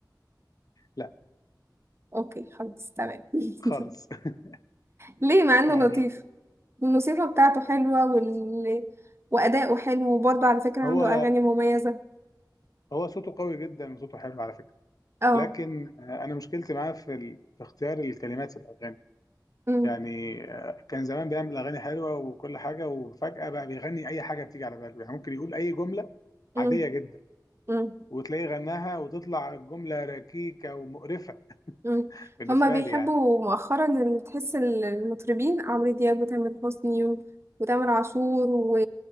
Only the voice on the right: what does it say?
اوكي خلاص تمام <laughs>
ليه مع انه
لطيف الموسيقى بتاعته حلوة وال... وأداؤه حلو وبرضه على فكرة عنده
أغاني مميزة
اه
أمم،
أمم،
أمم،
أمم.
هما بيحبوا
مؤخرا إن تحس ال- المطربين عمرو دياب وتامر حسني و... وتامر عاشور و...